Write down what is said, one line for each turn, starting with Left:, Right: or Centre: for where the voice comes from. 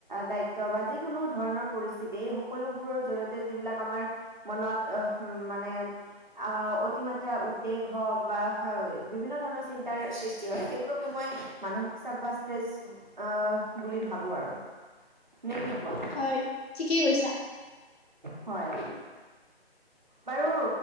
Right: দায়িত্ব বা যিকোনো ধৰণৰ পৰিস্থিতি এই সকলোবোৰৰ জৰিয়তে যিবিলাক আমাৰ মনত আহ মানে অ অতিমাত্ৰা উদ্বেগ হওক বা বিভিন্ন ধৰণৰ চিন্তাৰ সৃষ্টি হয় সেইবোৰক মই মানসিক চাপ ষ্ট্ৰেছ আহ বুলি ভাবো আৰু। নেকি কোৱা?
Left: হয় ঠিকেই কৈছা।
Right: হয়। বাৰু